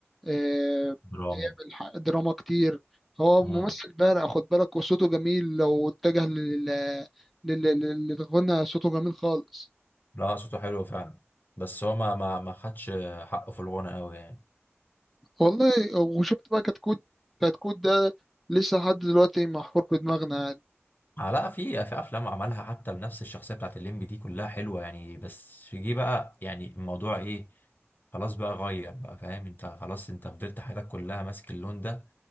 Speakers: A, in the centre; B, on the left.
A: آه
B: دراما
A: يعمل ح- دراما كتير هو
B: امم
A: ممثل بارع خد بالك وصوته جميل لو اتجه لل لل- لل- للغنى صوته جميل خالص
B: لا صوته حلو فعلا بس هو ما ما ما خدش حقه في الغنى قوي يعني
A: والله وشفت بقى كتكوت كتكوت ده لسه لحد دلوقتي محفور في دماغنا
B: آه، لا في في افلام عملها حتى بنفس الشخصيه بتاعت الليمبي دي كلها حلوه يعني بس جه بقى يعني الموضوع ايه خلاص بقى غير بقى فاهم انت خلاص انت فضلت حياتك كلها ماسك اللون ده